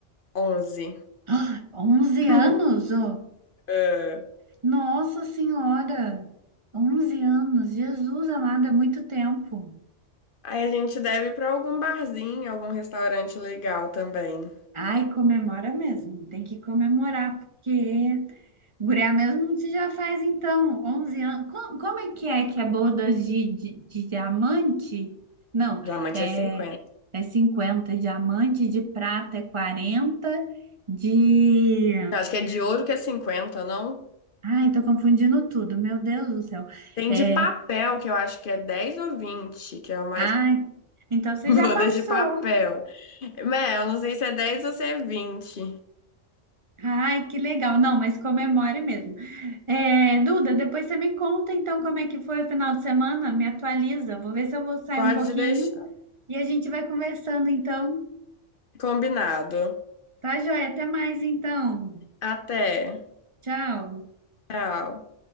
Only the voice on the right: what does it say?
Ah, 11
anos? ô!
Nossa Senhora! onze anos! Jesus amado, é muito tempo.
Ai, comemora mesmo. Tem que comemorar, porque guria mesmo você já faz então 11 anos. Como, como é que é que é bodas de, de, de diamante? Não,
é,
é 50 diamante, de prata é 40 de...
Ai, tô confundindo tudo, meu Deus do céu.
É,
ai, então
você
já passou.
Ai, que legal. Não, mas comemore mesmo. É, Duda, depois você me conta então como é que foi o final de semana, me atualiza. Vou ver se eu vou sair
um pouquinho
e a gente vai conversando então.
Tá, joia? Até mais então.
Tchau.